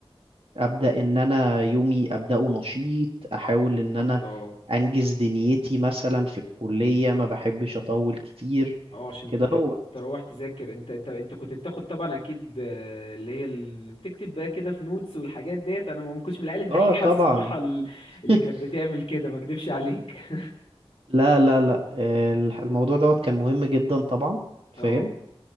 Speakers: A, on the right (about 60°); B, on the left (about 50°).
A: ابدا ان انا يومي ابداه نشيط احاول
B: بالظبط
A: ان انا
B: اه
A: انجز دنيتي مثلا في الكلية ما بحبش اطول كتير
B: اه عشان
A: كده
B: ت-
A: هو
B: تروح تذاكر انت انت انت كنت بتاخد طبعا اكيد آه، اللي هي اللي بتكتب بقى كده في نوتس والحاجات ديت انا ما كنتش من العيال الدحيحه
A: اه طبعا
B: الصراحه ال-
A: <laughs>
B: اللي كانت بتعمل كده ما اكدبش عليك
A: لا لا لا آه، الح- الموضوع دوت كان مهم جدا طبعا فاهم
B: اه